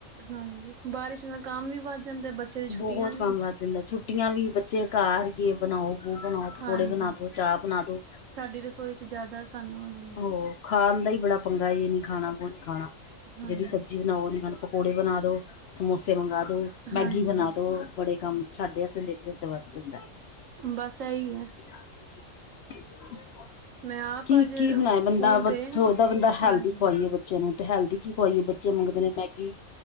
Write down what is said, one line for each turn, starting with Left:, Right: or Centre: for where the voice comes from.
Right: ਹਾਂਜੀ ਬਾਰਿਸ਼ ਨਾਲ ਕੰਮ ਵੀ ਵੱਧ ਜਾਂਦੇ ਐ ਬੱਚੇ ਦੀ ਛੁੱਟੀਆਂ
Left: ਬਹੁਤ
Right: ਵੀ
Left: ਕੰਮ ਵੱਧ ਜਾਂਦਾ ਛੁੱਟੀਆਂ ਵੀ ਬੱਚੇ ਘਰ ਜੇ ਬਣਾਓ ਵੋ ਬਣਾਓ ਪਕੌੜੇ
Right: ਹਾਂਜੀ
Left: ਬਣਾ ਦੋ। ਚਾਹ ਬਣਾ ਦਓ।
Right: ਸਾਡੀ ਰਸੋਈ ਚ ਜ਼ਿਆਦਾ ਆਸਾਨੀ ਨਾਲ ਹੁੰਦਾ।
Left: ਉਹ ਖਾਣ ਦਾ ਹੀ ਬੜਾ ਪੰਗਾ ਇਹ ਨੀ ਖਾਣਾ ਉਹ ਨੀ ਖਾਣਾ
Right: ਹਾਂਜੀ
Left: ਜਿਹੜੀ ਸਬਜ਼ੀ ਬਣਾਓ ਉਹ ਨੀ ਖਾਣਾ ਪਕੌੜੇ ਬਣਾ ਦੋ, ਸਮੋਸੇ ਮੰਗਾ ਦੋ, ਮੈਗੀ
Right: ਹਾਂਜੀ,
Left: ਬਣਾ ਦੋ। ਓ ਬੜੇ ਕੰਮ ਸਾਡੇ ਅਸਤੇ ਲੇਡਿਜ ਅਸਤੇ ਵਧ ਜਾਂਦਾ।
Right: ਬਸ ਐਈ ਐ।
Left: <unintelligible>
Right: ਮੈਂ ਆਪ
Left: ਕੀ
Right: ਅੱਜ
Left: ਕੀ ਬਣਾਏ
Right: ਸਕੂਲ
Left: ਬੰਦਾ।
Right: ਗਏ ਨੀ,
Left: ਸੋਚਦਾ ਬੰਦਾ ਹੈਲਦੀ
Right: ਹਾਂਜੀ,
Left: ਖਵਾਈਏ ਬਚ- ਬੱਚਿਆਂ ਨੂੰ ਤੇ ਹੈਲਦੀ ਕੀ ਖਵਾਈਏ ਬੱਚੇ ਮੰਗਦੇ ਨੇ ਮੈਗੀ